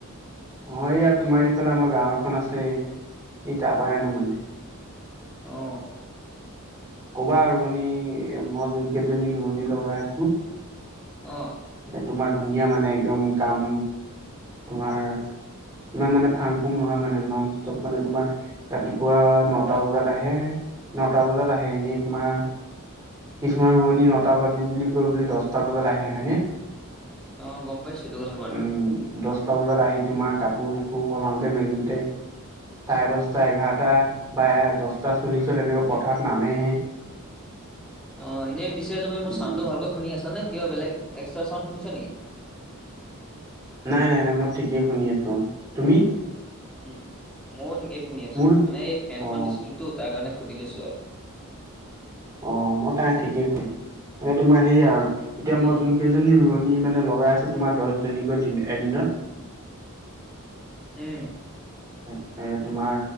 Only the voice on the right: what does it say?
অ এইয়া তোমাৰ এইফালে আমাৰ গাঁও এখন আছে এই তাপাই আনো মানে
কবা ৰোৱনী মই যোন কেইজনী ৰোৱনী লগাই আছো।
এ তোমাৰ ধুনীয়া মানে একদম কাম তোমাৰ ইমান মানে ফাং ফুং নহয় মানে নন ষ্টপ মানে তোমাৰ ৰাতিপুৱা নটা বজাত আহে। নটা বজাত আহে এনে তোমাৰ কিছুমান ৰোৱনী নটা বাজি বুলি কৈ বুলি দচটা বজাত আহে হয়নে।
উম দহটা বজাত আহি তোমাৰ কাপোৰ চাপোৰ সলাওঁতে মেলোতে চাৰে দহটা এঘাৰটা বা দহটা চল্লিশত এনেকুৱা পথাৰত নামেহে। <unintelligible>
উম
নাই নাই নাই মই ঠিকেই শুনি আছো, তুমি?
মোৰ
অ
অ মই তাই ঠিকেই শুনিম মানে তোমাৰ সেয়া আৰু এতিয়া
মই যোন কেইজনী ৰোৱনী মানে লগাই আছো তোমাৰ দহজনীকৈ এদিনত
এ এ তোমাৰ